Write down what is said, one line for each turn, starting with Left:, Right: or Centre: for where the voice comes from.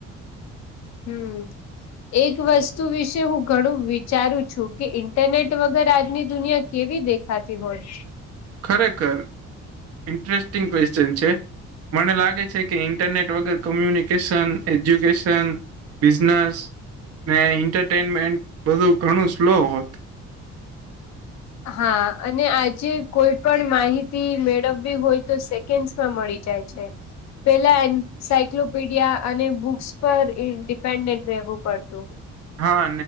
Left: હમ. એક વસ્તુ વિશે હું ઘણું વિચારું છું કે, ઇન્ટરનેટ વગર આજની દુનિયા કેવી દેખ થતી હોય.
Right: ખરેખર ઇન્ટરેસ્ટિંગ ક્વેશ્ચન છે. મને લાગે કે, ઇન્ટરનેટ વગર કોમ્યુનિકેશન એજ્યુકેશન બિઝનેસ ને, એન્ટરટેનમેન્ટ બધું ઘણું સ્લો હોત.
Left: હા, અને આજે કોઈ પણ માહિતી મેળવવી હોય તો માં મળી જાય છે. પેલા એન્સાાયક્લોપીડિયા અને બુક્સ પર ડિપેન્ડન્ટ રહેેવું પડતું.
Right: હા,